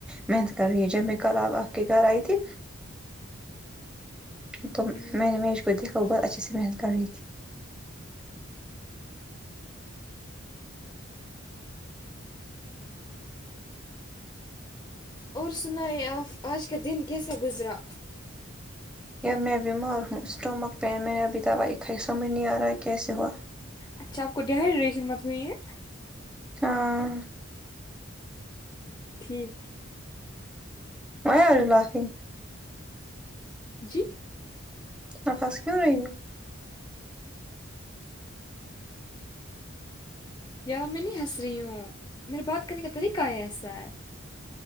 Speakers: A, in the centre; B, on the left.
A: محنت کر رہی ہے جب میں کال اب آپ کے گھر آئی تھی تو
B: ہوں،
A: میں نے میش کودیکھا بہت اچھے سے محنت کر رہی تھی
B: اور سناے آپ آج کا دن کیسا گزرا
A: میںں بیمار ہوں سٹامک پین میں نے ابھی دوای کھائ سمجھ نہیں آ رہا کیس ہوا
B: اچھا آپ کو ڈیہائیڈریشن مت ہوئی ہے
A: ہاں
B: ٹھیک
A: وہے یور لفنگ
B: جی
A: آپ ہس کیوں رہی ہو
B: یار میں نہیں ہنس رہی ہوں میرے بات کرنے کا طریقہ ہے ایسا ہے